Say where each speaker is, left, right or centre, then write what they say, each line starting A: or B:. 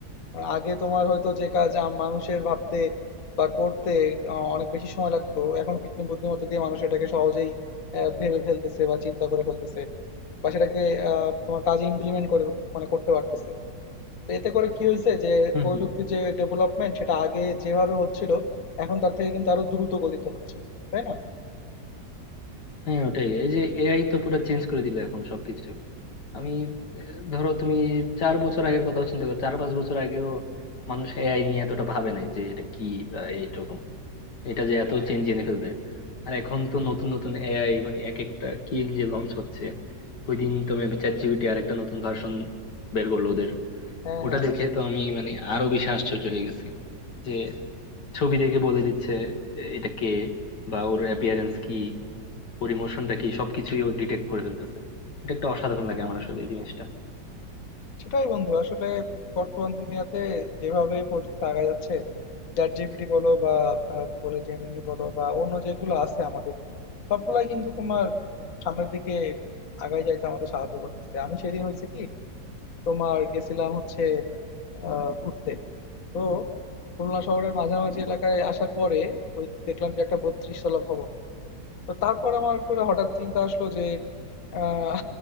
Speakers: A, on the left; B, on the left.
A: আর আগে তোমার হয়তো যে কাজ আম- মানুষের ভাবতে বা করতে আহ, অনেক বেশি সময় লাগতো এখন কৃত্রিম বুদ্ধিমত্তা দিয়ে মানুষ এটাকে সহজেই আহ, ভেবে ফেলতেছে বা চিন্তা করে ফেলতেছে বা সেটাকে আহ, তোমার কাজে ইমপ্লিমেন্ট করে মানে করতে পারতেছে তো এতে করে কি হয়েছে যে
B: হম
A: প্রযুক্তির
B: হম
A: যে ডেভেলপমেন্ট সেটা আগে যেভাবে হচ্ছিল এখন তার থেকে কিন্তু আরো দ্রুত গতিতে হচ্ছে তাই না
B: হ্যাঁ ওটাই এই যে এআই তো পুরো চেঞ্জ করে দিল এখন সবকিছু আমি আহ, ধরো তুমি চার বছর আগের কথা চিন্তা করো চার পাঁচ বছর আগেও মানুষ এআই নিয়ে এতটা ভাবে নাই যে এটা কি বা এইরকম এটা যে এত চেঞ্জ এনে ফেলবে আর এখন তো নতুন নতুন এআই মানে এক একটা কি যে লঞ্চ হচ্ছে ওই দিন তো মেবি চ্যাট জিপিটি আর একটা নতুন ভার্সন বের করলো ওদের
A: হ্যাঁ,
B: ওটা
A: হ্যাঁ।
B: দেখে তো আমি মানে আরো বেশি আশ্চর্য হয়ে গেছি যে ছবি দেখে বলে দিচ্ছে এ, এটা কে বা ওর অ্যাপিয়ারেন্স কি ওর ইমোশনটা কি সবকিছুই ও ডিটেক্ট করে ফেলতেছে এটা একটা অসাধারণ লাগে আমার আসলে এই জিনিসটা
A: সেটাই বন্ধু আসলে বর্তমান দুনিয়াতে যেভাবে প্রযুক্তি আগায় যাচ্ছে ChatGPT বলো বা আহ, Google এর Gemini বলো বা অন্য যেগুলো আছে আমাদের সবগুলাই কিন্তু তোমার উম, সামনের দিকে আগায় যাইতে আমাদের সাহায্য করতেছে আমি সেদিন হয়েছে কি তোমার গেছিলাম হচ্ছে আহ, ঘুরতে তো খুলনা শহরের মাঝামাঝি এলাকায় আসার পরে ওই দেখলাম যে একটা বত্রিশ তলা ভবন তো তারপর আমার করে হঠাৎ চিন্তা আসলো যে আহ,